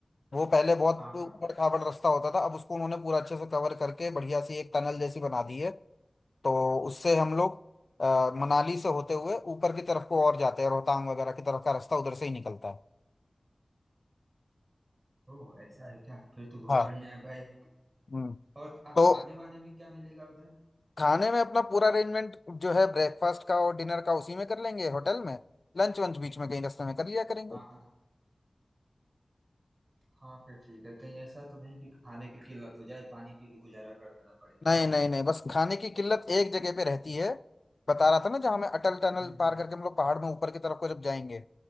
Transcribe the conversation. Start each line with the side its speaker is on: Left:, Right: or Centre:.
Left: वो पहले बहुत
Right: हाँ
Left: ऊबड़
Right: हाँ
Left: खाबड़ रास्ता होता था अब उसको उन्होंने पूरा अच्छे से कवर करके बढ़िया सी एक टनल जैसी बना दी है तो उससे हम लोग अ, मनाली से होते हुए ऊपर की तरफ को और जाते हैं रोहतांग वगैरह की तरफ का रास्ता उधर से ही निकलता है
Right: ओ ऐसा है क्या फिर तो बहुत
Left: हाँ
Right: बढ़िया है भाई
Left: हम्म
Right: और खा,
Left: तो
Right: खाने वाने में क्या मिलेगा उधर
Left: खाने में अपना पूरा अरेंजमेंट जो है ब्रेकफास्ट का और डिनर का उसी में कर लेंगे होटल में लंच वंच बीच में कहीं रास्ते में कर लिया करेंगे
Right: हाँ हाँ हाँ फिर ठीक है कहीं ऐसा तो नहीं कि खाने की किल्लत हो जाए पानी पी के गुजारा करना पड़े
Left: नहीं नहीं नहीं बस खाने की किल्लत एक जगह पे रहती है बता रहा था ना जहाँ हमें अटल टनल
Right: हम्म हम्म,
Left: पार करके हम लोग पहाड़ में ऊपर की तरफ को जब जाएंगे